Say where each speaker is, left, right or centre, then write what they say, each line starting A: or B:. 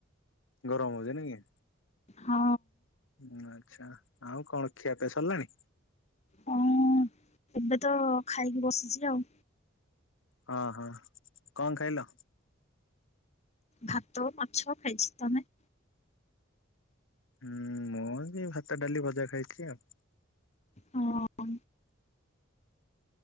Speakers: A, on the left; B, on the left.
A: ଗରମ ହଉଛି ନ କି?
B: ହଁ
A: ହୁଁ ଆଚ୍ଛା ଆଉ କଣ ଖିଆ ପିଆ ସରିଲାଣି?
B: ହଁ ଏବେ ତ ଖାଇକି ବସିଛି ଆଉ।
A: ହଁ ହଁ କଣ ଖାଇଲ?
B: ଭାତ ମାଛ ଖାଇଛି, ତମେ?
A: ହୁଁ ମୁଁ ବି ଭାତ ଡାଲି ଭଜା ଖାଇଛି ଆଉ।
B: ହଁ